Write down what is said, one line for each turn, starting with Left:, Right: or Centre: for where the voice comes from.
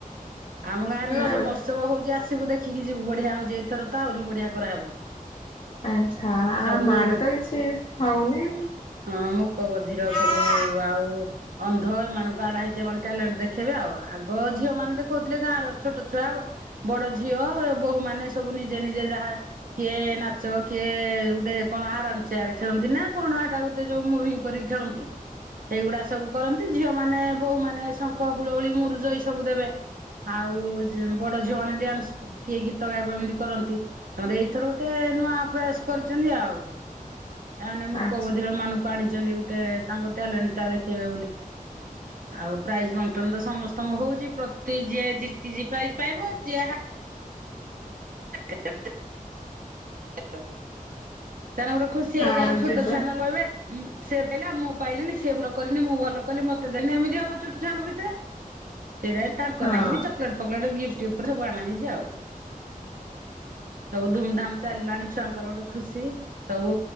Right: ଆମ ଗାଁରେ ରଜ
Left: ଆଉ
Right: ମହୋତ୍ସବ ହଉଛି ଆସ ସିବୁ ଦେଖିକି ଯିବୁ ବଢିଆ ହଉଛି ଏଇଥର ଆହୁରି ବଢିଆ କରାହବ।
Left: ଆଛା
Right: ସବୁ
Left: ଆମ ଆଡେ ତ କିଛି ହଉନି।
Right: ହଁ ମୁକ ବଧିର
Left: ହଁ
Right: ସବୁ ଆଉ ଅନ୍ଧ ଏମାନଙ୍କୁ ଆଣା ହେଇଯି ଏ ମାନେ ଟ୍ୟାଲେଣ୍ଟ ଦେଖ ସେବେ ଆଉ ଆଗ ଝିଅ ମାନେ ତ କହୁଥିଲେ ଗାଁ ର ଛୋଟ ଛୁଆ ବଡ ଝିଅ ବୋହୂ ମାନେ ସବୁ ନିଜେ ନିଜେ ଯାହା। କିଏ ନାଚ କିଏ ଗୋଟେ କଣ ଆରାମ ଚେୟାର ଖେଳନ୍ତି ନା କଣ ଏଟା ଗୋଟେ ଯୋଉ ମୁଭି କରିକି ଖେଳନ୍ତି ସେଇଗୁଡା ସବୁ କରନ୍ତି ଝିଅ ମାନ ବୋହୁ ମାନେ ସ ହୁଳହୁଳି ମୁରୁଜ ଏଇ ସବୁ ଦେବେ ଆଉ ବଡ ଝିଅ ମାନେ ଡ୍ୟାନ୍ସ କିଏ ଗୀତ ଗାଇବ ଏମିତି କରନ୍ତି ତାପରେ ଏଇଥର ଗୋଟେ ନୂଆ ପ୍ରୟାସ କରିଛନ୍ତି ଆଉ। ତାହେନେ ମୁକ
Left: ଆଚ୍ଛା
Right: ବଧିର ମାନଙ୍କୁ ଆଣିି ଚନ୍ତି ଗୋଟେ ତାଙ୍କ ଟାଲେଣ୍ଟ ଟା ଦେଖେଇବେ ବୋଲି ଆଉ ପ୍ରାଇଜ ମ ସମସ୍ତଙ୍କ ହଉଛି ପ୍ରତି ଯିଏ ଜିତିଜି ପ୍ରାଇଜ ପାଇବ ଯିଏ ହା <inaudible> ସମାନେ ଗୋଟେ ଖୁସି ହେବେ
Left: ଆଉ
Right: କାହିଁକି ନା ଛୋଟ
Left: ଯିବା
Right: ଛୁଆ ନ ହେଲେ କହିବେ। ହୁଁ ସେ ପାଇଲା ମୁଁ ପାଇଲିିନି ସେ ଭଲ କରିନି ମୁଁ ଭଲ କଲି ମତେ ଦେନି ଏମିତି ହବ ଛୋଟ ଛୁଆଙ୍କ ଭିତରେ। ସେଇଥିପାଇଁ। ତାଙ୍କ
Left: ହଁ
Right: ନାଗି ବି ଚକୋଲେଟ ଫକଲେ ଗିଫ୍ଟ ଉପରେ ସବୁ ଆଣ ହେଇଛି ଆଉ ସବୁ ଧୁମ୍। ଧାମ ଚାଲିଲାଣି ଛୁଆଙ୍କର ଗୋଟେ ଖୁସି ସବୁ।